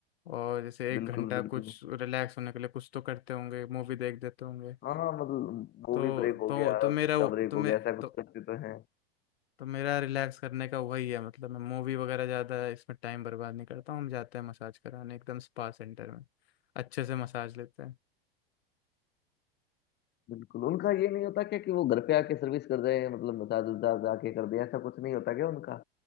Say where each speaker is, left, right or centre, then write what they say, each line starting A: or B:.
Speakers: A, on the left; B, on the left.
A: और जैसे एक
B: बिल्कुल
A: घंटा
B: बिल्कुल
A: कुछ रिलैक्स होने के लिए कुछ तो करते होंगे मूवी देख देते होंगे
B: हाँ हाँ, मतलब वो
A: तो
B: भी ब्रेक हो
A: तो
B: गया
A: तो मेरा
B: सुच्चा ब्रेक
A: तो
B: हो
A: मैं
B: गया ऐसा कुछ
A: तो,
B: करते तो हैं
A: तो मेरा रिलैक्स करने का वही है मतलब मैं मूवी वगैरह ज़्यादा इसमें टाइम बर्बाद नहीं करता हूँ हम जाते हैं मसाज कराने एकदम स्पा सेंटर में अच्छे से मसाज लेते हैं
B: बिल्कुल उनका ये नहीं होता क्या कि वो घर पे आके सर्विस कर रहे हैं, मतलब मसाज उसाज आके कर दे ऐसा कुछ नहीं होता क्या उनका